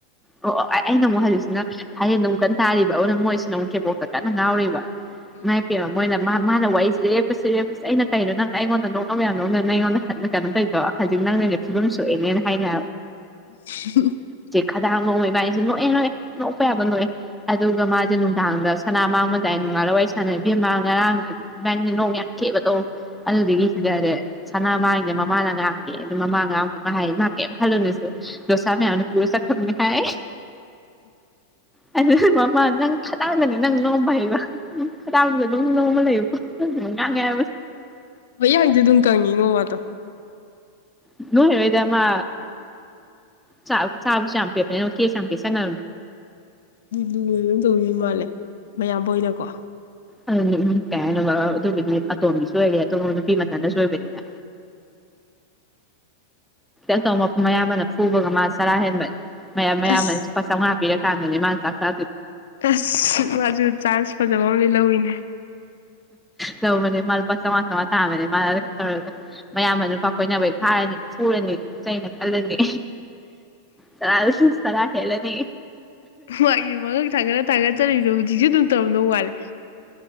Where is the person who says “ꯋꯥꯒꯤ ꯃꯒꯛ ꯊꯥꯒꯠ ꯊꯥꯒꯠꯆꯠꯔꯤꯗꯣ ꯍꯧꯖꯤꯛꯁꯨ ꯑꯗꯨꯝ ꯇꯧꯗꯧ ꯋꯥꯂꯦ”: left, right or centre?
Left